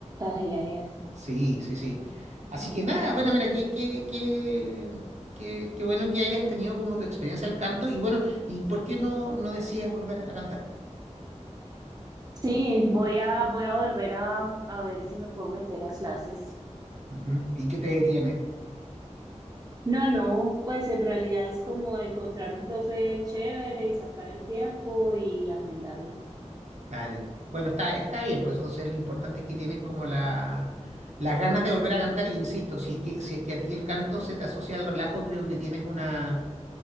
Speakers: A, on the right; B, on the right.
A: ay, ay, ay.
B: Sí, sí, sí.
A: Bueno.
B: Así que nada, bueno, mira, qué, qué, qué, qué, qué bueno que hayas tenido como tu experiencia al canto y bueno, ¿y por qué no, no decides volver a cantar?
A: Sí, voy a, voy a volver a, a ver si me puedo meter a clases.
B: Ujú, ¿Y qué te detiene?
A: No, no, pues en realidad es como encontrar un profe chévere y sacar el tiempo y agendarlo.
B: Dale. Bueno, está, está bien, pues entonces lo importante es que tienes como la, las ganas de volver a cantar, e insisto, si es que, si es que a ti el canto se te asocia al relajo, creo que tienes una,